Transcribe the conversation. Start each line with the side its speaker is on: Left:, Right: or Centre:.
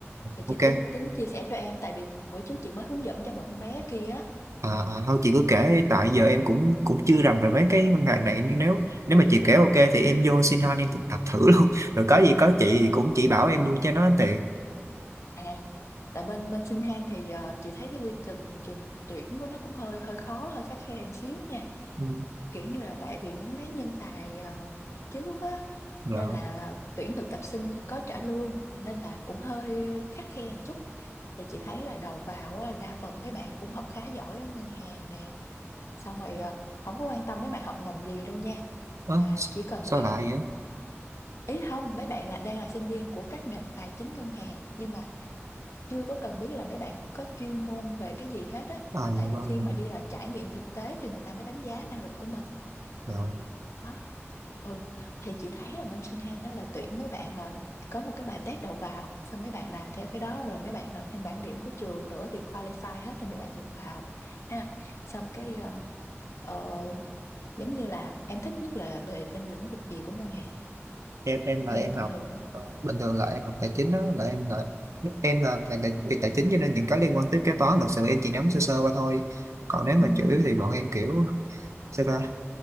Left: thì chị
Right: ok
Left: tính tính chia sẻ cho em tại vì bữa trước chị mới hướng dẫn cho một con bé kia á
Right: À, à, thôi chị cứ kể đi, tại giờ em cũng cũng chưa rành về mấy cái ngân hàng này nên nếu nếu mà chị kể ok thì
Left: ừ.
Right: em vô xin han em thực tập thử luôn <laughs> rồi có gì có chị thì cũng chỉ bảo em luôn cho nó tiện
Left: à tại bên bên Sinh han thì ờ, chị thấy cái quy trình trình tuyển của nó cũng hơi hơi khó hơi khắt khe một xíu nha
Right: ừ,
Left: Kiểu như là tại vì muốn lấy nhân tài ờ, trước á
Right: rồi
Left: nên là tuyển thực tập sinh có trả lương nên là cũng hơi khắt khe một chút. Thì chị thấy là đầu vào á đa phần mấy bạn cũng học khá giỏi ở ngân hàng nè. Xong rồi ờ, không có quan tâm mấy bạn học ngành gì đâu nha.
Right: ớ,
Left: Mà chỉ cần
Right: sao
Left: là
Right: lại vậy
Left: ý là không mấy bạn là đang là sinh viên của các ngành tài chính ngân hàng nhưng mà chưa có cần biết là mấy bạn có chuyên môn về cái gì hết á.
Right: à dạ
Left: Tại vì
Right: vâng
Left: khi
Right: vâng
Left: mà đi là trải nghiệm thực tế thì người ta mới đánh giá năng lực của mình.
Right: rồi
Left: đó ừ thì chị thấy là bên Sinh đó là tuyển mấy bạn là có một cái bài test đầu vào xong mấy bạn làm theo cái đó rồi mấy bạn nộp thêm bảng điểm của trường nữa thì qualify hết thì mấy bạn được vào ha xong cái ờ, ờ, giống như là em thích nhất là về bên lĩnh vực gì của ngân hàng
Right: em em là
Left: theo
Right: em
Left: như bình
Right: học
Left: thường á
Right: ờ, bình thường là em học tài chính đó là em là em là ngành tài, về tài chính cho nên những cái liên quan tới kế toán thật sự em chỉ nắm sơ sơ qua thôi còn nếu mà
Left: ừ,
Right: chủ
Left: ừ,
Right: yếu thì bọn em kiểu sao ta